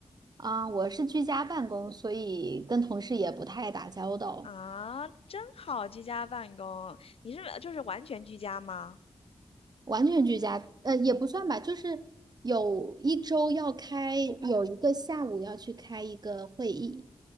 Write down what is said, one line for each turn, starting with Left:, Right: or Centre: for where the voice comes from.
Right: 啊，我是居家办公，所以跟同事也不太打交道，
Left: 啊，真好，居家办公，你是就是完全居家吗？
Right: 完全居家，呃，也不算吧，就是有一周要开，有一个下午要去开一个会议，